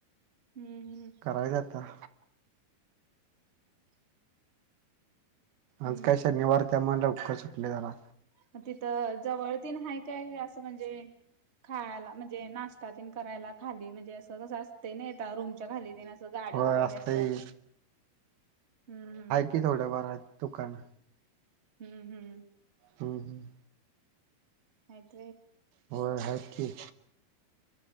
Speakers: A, on the right; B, on the right.
A: हम्म- हम्म,
B: करायच आता.
A: हम्म
B: आज काय शनिवार त्यामुळे लवकर सुटले जरा.
A: त तिथं जवळ तिन हाय काय असं म्हणजे खायाला? म्हणजे नाश्ता तीन करायला खाली, म्हणजे असं कसं असते नयी ता रूमच्या खाली बिन असं गाड
B: होय
A: वगैरे
B: असतंय
A: असत्यात, हम्म-हं,
B: अगदी थोड्या फार आहेत दुकान.
A: हम्म- हम्म,
B: हम्- हम्,
A: हायेत रे
B: होय, आहेत की.